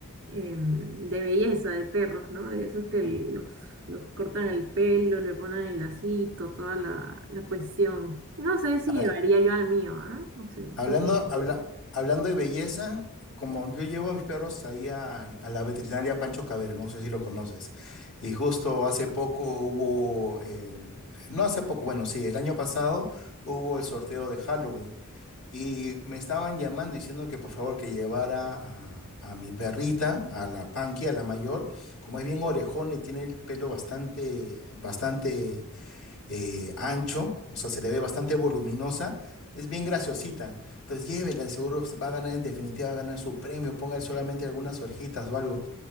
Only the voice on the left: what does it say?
Mm.
A-
Hablando,
habla- hablando de belleza, como yo llevo a mis perros ahí a, a la veterinaria Pancho Cabero, no sé si lo conoces, y justo hace poco hubo, el- no hace poco, bueno, sí, el año pasado hubo el sorteo de Halloween y me estaban llamando diciendo que por favor que llevara a, a mi perrita, a la Panky, a la mayor, como es bien orejona y tiene el pelo bastante, bastante eh, ancho, o sea, se le ve bastante voluminosa, es bien graciosita. Entonces llévela, de seguro va a ganar, en definitiva va a ganar su premio, póngale solamente algunas orejitas o algo.